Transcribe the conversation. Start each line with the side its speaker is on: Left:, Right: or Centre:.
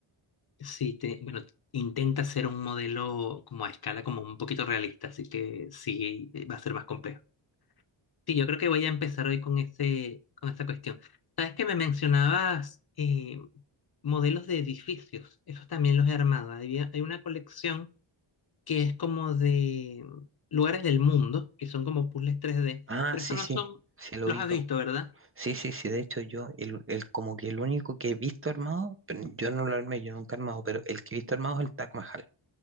Left: sí, te, bueno, intenta ser un modelo como a escala, como un poquito realista, así que sí, eh, va a ser más complejo. Sí, yo creo que voy a empezar hoy con ese, con esa cuestión. Sabes que me mencionabas eh, modelos de edificios. Esos también los he armado. Hay, hay una colección que es como de lugares del mundo, que son como puzzles tres d
Right: Ah,
Left: Pero
Right: sí,
Left: estos
Right: sí,
Left: no son,
Right: sí lo
Left: los
Right: ubico.
Left: has visto, ¿verdad?
Right: Sí, sí, sí, de hecho yo, el, el- como que el único que he visto armado, pero yo no lo armé, yo nunca he armado, pero el que he visto armado es el Taj Mahal.